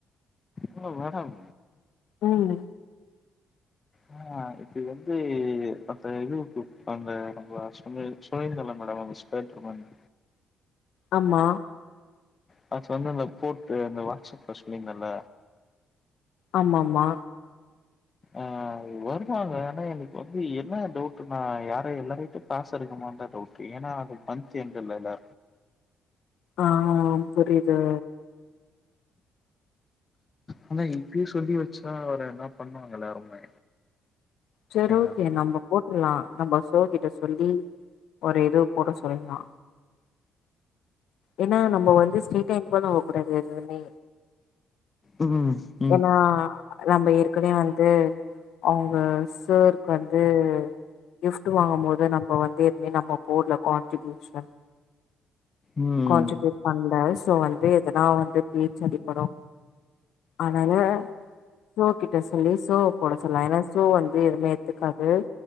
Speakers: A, on the left (about 30°); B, on the left (about 75°).
A: ஹலோ மேடம்
B: ம்
A: ஆ அது வந்து அந்த இது அந்த நம்ம சொன்னே சொல்லிருந்லா மேடம் <unintelligible>
B: ஆமா
A: நா சொன்னேல போட்டுரு அந்த வாட்ஸ்அப்ல சொன்னிங்கல்ல
B: ஆமா ஆமா
A: ஆஹ வருவாங்க ஆனா எனக்கு வந்து என்ன டவுட்னா யார எல்லாருகிட்டேயு பாச இருக்கும டவுட் ஏன்னா அது கண் <unintelligible> இல்லேல்ல
B: ஆமா புரியுது
A: ஆனா இப்பயே சொல்லி வச்சா அவரை என்ன பண்ணுவாங்க எல்லாருமே
B: சேரி
A: எங்க
B: ஓகே நம்ம போட்டுலா நம்ம சார் கிட்ட சொல்லி ஒரு இது போட சொல்லலா ஏன்னா நம்ம வந்து <unintelligible> போ நம்ப கூடாது எதுவுமே
A: ம், ம்,
B: ஏன்னா நம்ம ஏற்கனவே வந்து அவங்க சார்க்கு வந்து கிஃப்ட் வாங்கு போது நம்ம வந்து எதுவுமே நம போடல கான்ட்ரிபியூஷன்
A: ம்.
B: கான்ட்ரிபியூட் பண்ணல சோ வந்து எதனா வந்து பேச்சடிப்படு அதுனால சோ கிட்ட சொல்லி சோ போட சொல்லலா ஏன்னா சோ வந்து எதுவுமே எத்துக்காது